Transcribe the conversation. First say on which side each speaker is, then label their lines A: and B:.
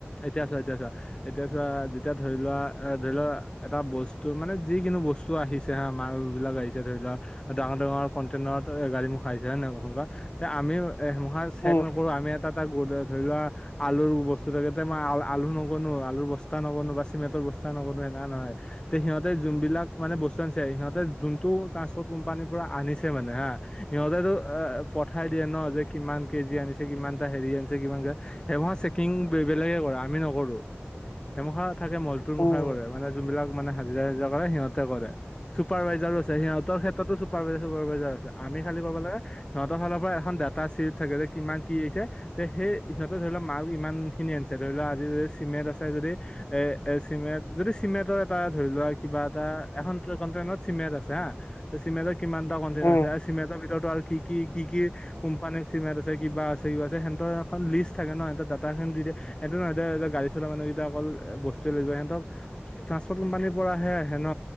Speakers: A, on the left; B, on the left.
A: এতিয়া চোৱা এতিয়া চোৱা। এতিয়া চোৱা যেতিয়া ধৰি লোৱা এ ধৰি লোৱা এটা বস্তু মানে যিকিনো বস্তু তো আহিছে হা আ মাল বিবাক আহিছে ধৰি লোৱা ডাঙৰ ডাঙৰ কণ্টেইনাৰত গাড়ী মূখ আহিছে হয় নহয় হে পখসা তে আমি এ মহা চেক
B: উম
A: নকৰো আমি এটা এটা ধৰি লোৱা আলুৰ বস্তু লগতে মই আ আলু নগনো আলুৰ বস্তা নগনো বা চিমেণ্টৰ বস্ত নগনো সেনা নহয়। তে সিহতে যোনিলাক মানে বস্তু আনিছে সিহতে যোনটো ট্ৰ্পৰ্ কোম্পানী পুৰা আনিছে মানে হা সিহঁতেতো এ পঠাই দিয়ে ন যে কিমান কেজি আনিচে। কিমান টা হেৰি আনিছে কিমান সেটিং- বে বেলেগে কৰে আমি নকৰো হেমখা থাকে মলটোৰ
B: উম।
A: মুখে কৰে মানে- যোন বিলাক মানে হাজিৰা হাজিৰা কৰে সিহঁতে কৰে। চুপাৰভাইজাৰো আছে সিহঁতৰ ক্ষেত্ৰতো চুাৰাইজাৰ আছে আমি খাল ক'ব লাগে- সিহঁত ফালৰ পৰা এখন ডাটা চিপ থাকে যে কিমান কিছে তে সেই সিহঁতে ধৰি লওক মাল ইমান- খিনি আনিছে ধৰি লওক আজ যদি চিমেণ্ট আছে যদি- এ এ চিমেণ্ট যদি চিমেণ্টৰ এটা ধৰি লোৱা কিবা এটা এখন কনটেইনত চিমেণ্ট আছে হাঁ। ত চিমেটৰ কিমান টা কনটেন
B: উম।
A: আছে আৰু চিমেতৰ ভিতৰত আৰু কি- কি কি কি কোম্পানীৰ চিমেণ্ট আছে কিবা আছে ক আছে সিহতৰ এখন লিষ্ট থাকে ন সিহঁত দাটা খন দি দিয়ে- এইটো নহয় এয়া যে গাডী চলা মানুহকেইটা অকল বচ- হেঁতক ট্ৰান্সপৰ্ট কোম্পানীৰ পৰাহে আহে ন